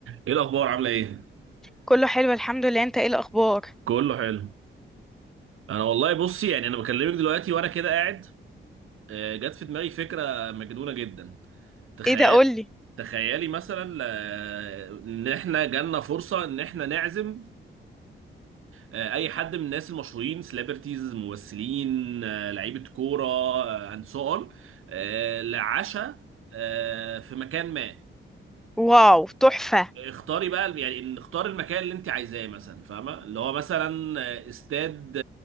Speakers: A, on the right; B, in the centre.
A: ايه الاخبار عامله ايه
B: كله حلو الحمد لله انت ايه الاخبار
A: كله حلو انا والله بصي يعني انا بكلمك دلوقتي وانا كده قاعد آه، جت في دماغي فكره مجنونه جدا تخيل
B: ايه ده قولي
A: تخيلي مثلا آه، ان احنا جالنا فرصه ان احنا نعزم آه، اي حد من الناس المشهورين سليبرتيز ممثلين آه، لعيبه كوره اند سو اون لعشاء آه، في مكان ما
B: واو تحفة
A: اختاري بقى يعني نختار المكان اللي انت عايزاه مثلا فاهمه اللي هو مثلا آه، استاد